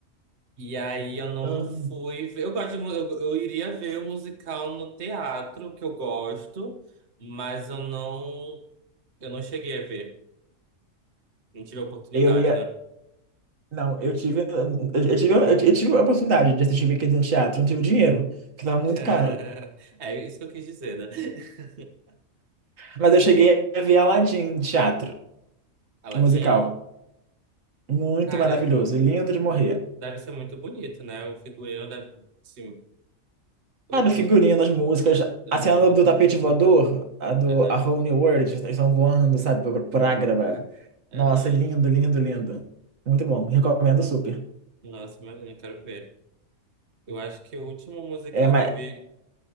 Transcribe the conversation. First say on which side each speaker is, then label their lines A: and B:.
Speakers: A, on the right; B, on the right.
A: E aí eu não
B: Aham.
A: fui. ver- Eu gosto de, mu- eu, eu iria ver o musical no teatro, que eu gosto, mas eu não eu não cheguei a ver. Não tive a oportunidade,
B: Eu ia.
A: né?
B: Não, eu tive, eu eu tive, eu tive a oportunidade de assistir Wicked no teatro, eu não tive dinheiro, que tava muito
A: <laughs>
B: caro.
A: É isso que eu quis dizer, né? <laughs>
B: Mas eu cheguei a ver Aladdin no teatro,
A: Aladdin,
B: um musical. Muito
A: cara,
B: maravilhoso, lindo de morrer.
A: deve ser muito bonito, né? O figurino deve, sim, eu,
B: Cara, o
A: eu
B: figurino, as músicas,
A: a
B: a
A: música,
B: cena do tapete voador, a do
A: aham,
B: A Whole New World, eles estão voando, sabe, por, por Ágraba.
A: aham.
B: Nossa, lindo, lindo, lindo. Muito bom, recomendo super.
A: Nossa, imagina, eu quero ver. Eu acho que o último musical
B: É, mas,
A: que eu vi,